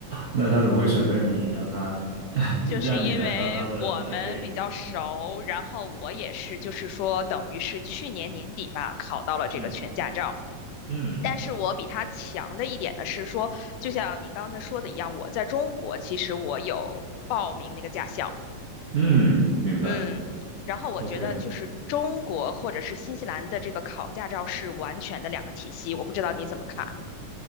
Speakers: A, on the right; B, on the left.
A: 那他怎么会选择你，让他 <laughs>
B: 就是因为我们比较熟，
A: 让你来当他的陪练？嗯
B: 然后我也是，就是说等于是去年年底吧，考到了这个全驾照。
A: 嗯嗯
B: 但是我比他强的一点呢是说，就像你刚才说的一样，我在中国其实我有报名那个驾校，
A: 嗯，明白。
B: 嗯，然后我觉得就是中国或者是新西兰的这个考驾照是完全的两个体系，
A: OK，
B: 我不知道你怎么看，